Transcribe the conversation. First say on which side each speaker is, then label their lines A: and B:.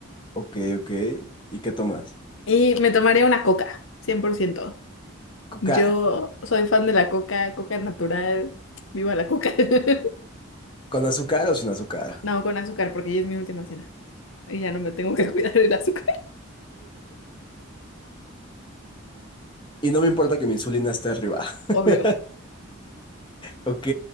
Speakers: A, on the left; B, on the left.
A: Ok, ok. ¿Y qué tomas?
B: Y me tomaría una coca, cien por ciento
A: Coca.
B: Yo soy fan de la coca, coca natural, viva la coca. <laughs>
A: ¿Con azúcar o sin azúcar?
B: No, con azúcar, porque ya es mi última cena. Y ya no me tengo que <laughs> cuidar del azúcar,
A: Y no me importa que mi insulina esté arriba. <laughs>
B: obvio.
A: Ok,